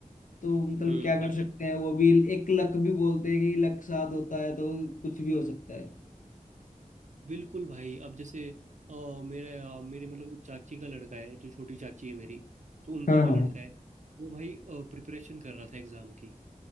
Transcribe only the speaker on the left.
तो मतलब
क्या कर सकते हैं वो भी एक लक भी बोलते हैं कि लक साथ होता है तो कुछ भी हो सकता है
हाँ
हाँ